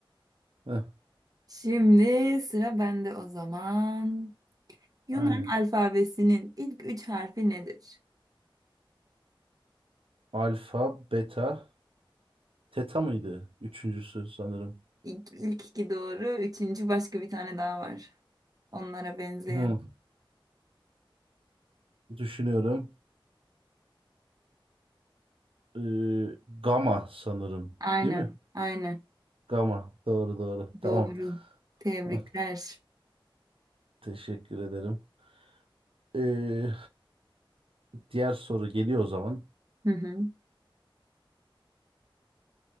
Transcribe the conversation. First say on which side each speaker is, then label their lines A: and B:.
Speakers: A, on the right; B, on the right.
A: Heh,
B: Şimdi sıra bende o zaman. Yunan
A: aynen.
B: alfabesinin ilk üç harfi nedir?
A: Alfa, beta, teta mıydı? Üçüncüsü sanırım.
B: İlk, ilk iki doğru. Üçüncü başka bir tane daha var. Onlara benzeyen.
A: Hı, düşünüyorum. Ee, gamma sanırım.
B: Aynen.
A: Değil mi?
B: Aynen.
A: Tamam. Doğru doğru. Tamam.
B: Doğru. Tebrikler.
A: Hah, Teşekkür ederim. Ee, diğer soru geliyor o zaman.
B: Hı hı.